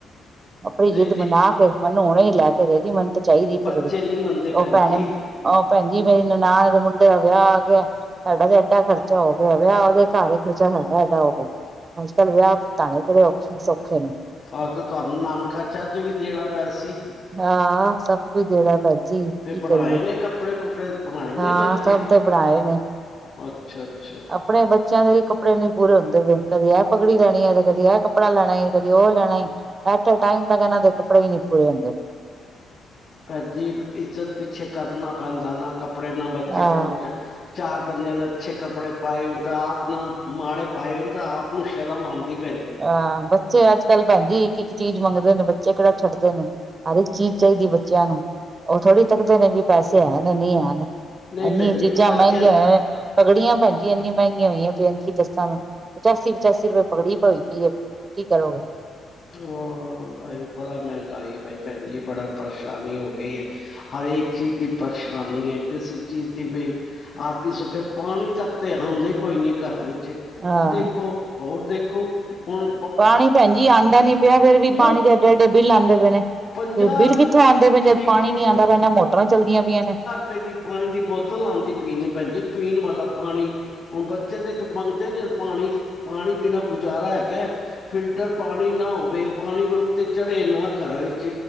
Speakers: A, on the right (about 40°); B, on the left (about 55°).
A: ਆਪਣੀ
B: ਨਹੀਂ
A: ਜਿੱਦ
B: ਜੀ
A: ਮਨਾ ਕੇ, ਮਨੂੰ ਹੁਣੇ ਹੀ ਲੈਕੇ ਦੇਦੀ, ਮਨ ਤੇ ਚਾਹੀਦੀ
B: ਬੱਚੇ
A: ਪਗਡੀ,
B: ਨੀ ਮੰਨਦੇ ਭੈਣ
A: ਉਹ ਭੈਣੇ
B: ਜੀ
A: ਆਹੋ ਭੈਣ ਜੀ, ਮੇਰੀ ਨਨਾਣ ਦੇ ਮੁੰਡੇ ਦਾ ਵਿਆਹ ਆਗਿਆ। ਸਾਡਾ ਤੇ ਐਡਾ ਖਰਚਾ ਹੋ ਗਿਆ, ਵਿਆਹ ਉਹਦੇ ਘਰ ਏ, ਖਰਚਾ ਸਾਡਾ ਐਡਾ ਹੋ ਗਿਆ। ਅੱਜ-ਕੱਲ ਵਿਆਹ ਭੁਗਤਾਣੇ ਕਿਹੜੇ ਔਖੇ, ਸੌਖੇ ਨੇ।
B: ਆਹੋ ਤੇ ਤੁਹਾਨੂੰ, ਨਾਨਕਾ ਚੱਜ ਵੀ ਦੇਣਾ ਪੈਸੀ।
A: ਹਾ, ਸਭ ਕੁਛ ਦੇਣਾ ਭੈਜੀ ਕੀ
B: ਤੇ ਬਣਾਏ
A: ਕਰੀਏ।
B: ਨੇ ਕੱਪੜੇ ਕੁਪੜੇ ਬਣਾਏ ਨੇ
A: ਹਾਂ
B: ਬੱਚੇ
A: ਸਭ ਤੇ ਬਣਾਏ ਨੇ।
B: ਅੱਛਾ। ਅੱਛਾ
A: ਅਪਣੇ ਬੱਚਿਆਂ ਦੇ ਵੀ ਕੱਪੜੇ ਨੀ ਪੂਰੇ ਹੁੰਦੇ ਗੇ, ਕਦੇ ਐ ਪਗੜੀ ਲੈਣੀ ਹੈ, ਤੇ ਕਦੀ ਇਹ ਕੱਪੜਾ ਲੈਣਾ, ਕਦੀ ਉਹ ਲੈਣਾ ਏ। ਐਟੇ ਟਾਈਮ ਤੱਕ ਇਹਨਾਂ ਦੇ ਕੱਪੜੇ ਹੀ ਨਈ ਪੂਰੇ ਹੁੰਦੇ। ਪਏ
B: ਭੈਣਜੀ, ਇੱਜ਼ਤ ਪਿੱਛੇ ਕਰਨਾ ਪੈਂਦਾ ਨਾ, ਕੱਪੜੇ ਨਾ ਬੱਚਿਆਂ
A: ਆਹ
B: ਕੋਲ ਚਾਰ ਬੰਦਿਆਂ ਨੇ ਅੱਛੇ ਕੱਪੜੇ ਪਾਏ ਹੋਣ ਤਾਂ, ਆਪ ਨਾ ਮਾੜੇ ਪਾਏ ਨ, ਤਾਂ ਆਪ ਨੂੰ ਸ਼ਰਮ ਆਂਦੀ।
A: ਅਆਂ ਬੱਚੇ, ਅੱਜ-ਕੱਲ ਭੈਣਜੀ ਇੱਕ ਕੀ ਚੀਜ਼ ਮੰਗਦੇ ਨੇ ਬੱਚੇ ਕਿਹੜਾ ਛੱਡਦੇ ਨੇ, ਹਰ ਇੱਕ ਚੀਜ਼ ਚਾਹੀਦੀ ਹੈ ਬੱਚਿਆਂ ਨੂੰ। ਉਹ ਥੋੜ੍ਹੀ ਤੱਕਦੇ ਨੇ ਕਿ, ਪੈਸੇ ਹੈਨੇ, ਨਹੀਂ ਹੈਨ
B: ਨਹੀਂ
A: ਐਨੀ
B: ਭੈਣ ਜੀ
A: ਚੀਜ਼ਾਂ
B: ਬੱਚਿਆਂ
A: ਮਹਿੰਗੀਆਂ ਪਗੜੀਆਂ ਭੈਂਜੀ ਇੰਨੀ ਮਹਿਗੀਆ ਹੋਈਆਂ ਪਈਆਂ ਨੇ, ਕਿ ਦੱਸਾਂ ਮੈਂ, ਪਚਾਸੀ-ਪਚਾਸੀ ਰੁਪਏ ਪਗੜੀ ਪਈ। ਵੀ ਏ, ਕੀ ਕਰੋਗੇ?
B: ਹੋ ਬਾਈ ਬੜਾ ਮਹਿੰਗਾਈ ਬਾਈ ਭੈਣ ਜੀ, ਬੜਾ ਪਰੇਸ਼ਾਨੀ ਹੋ ਗਈ ਏ। ਹਰੇਕ ਚੀਜ਼ ਦੀ ਪਰੇਸ਼ਾਨੀ ਏ, ਕਿਸੇ ਚੀਜ਼ ਦੀ ਵੀ ਆਜ ਮੇਂ ਸੋਚਿਆ ਪਾਣੀ ਤੱਕ ਤੇ ਆਉਂਦਾ ਕੋਈ ਨੀ, ਘਰਾਂ 'ਚ
A: ਹਾਂ
B: ਦੇਖੋ, ਹੋਰ ਦੇਖੋ, ਹੁਣ
A: ਪਾਣੀ ਭੈਣਜੀ ਆਂਦਾ ਨੀ ਪਿਆ ਫਿਰ ਵੀ,
B: ਮੂੰਹ
A: ਪਾਣੀ ਦੇ ਐਡੇ-ਐਡੇ ਬਿਲ ਆਂਦੇ ਪਏ ਨੇ। ਤੇ
B: ਪੰਜਾਹ
A: ਬਿੱਲ ਕਿੱਥੋਂ ਆਉਂਦੇ ਪਏ ਨੇ, ਜਦ
B: ਇੱਕ
A: ਪਾਣੀ ਨੀ ਆਂਦਾ ਪਇਆ, ਨਾ ਮੋਟਰਾਂ ਚੱਲਦੀਆਂ ਪਈਆਂ ਨੇ
B: ਹ ਰਪਏ ਦੀ ਪਾਣੀ ਦੀ ਬੋਤਲ ਆਂਦੀ ਪੀ ਭੈਣਜੀ, ਪੀਣ ਵਾਲਾ ਪਾਣੀ। ਹੁਣ ਬੱਚੇ ਤੇ ਇੱਕ ਮੰਗਦੇ ਨੇ, ਪਾਣੀ! ਪਾਣੀ ਬਿਨਾਂ ਗੁਜ਼ਾਰਾ ਹੈਗਾ। ਫਿਲਟਰ ਪਾਣੀ ਨਾ ਹੋਵੇ, ਪਾਣੀ ਵੀ ਉੱਤੇ ਚੜੇ ਨਾ ਘਰਾ'ਚ